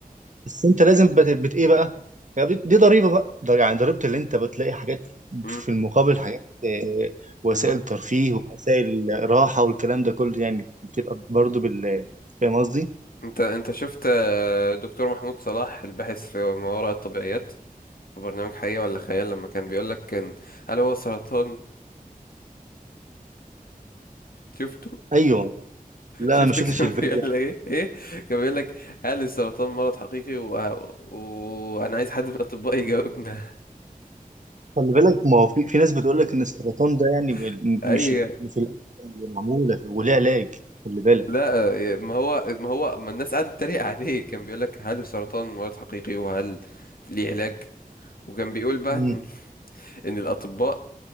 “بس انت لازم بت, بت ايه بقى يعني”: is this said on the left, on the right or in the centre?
Right